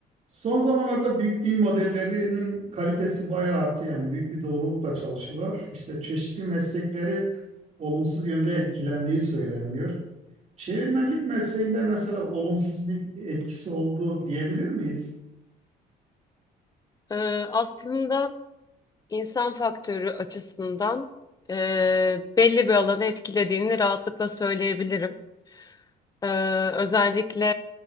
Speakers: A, on the right; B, on the left.
A: Son zamanlarda büyük dil modellerinin kalitesi bayağı arttı. Yani büyük bir doğrulukla çalışıyorlar. İşte çeşitli meslekleri olumsuz yönde etkilendiği söyleniyor. Çevirmenlik mesleğinde mesela olumsuz bir etkisi oldu diyebilir miyiz?
B: Ee, aslında insan faktörü açısından e, belli bir alanı etkilediğini rahatlıkla söyleyebilirim. Ee, özellikle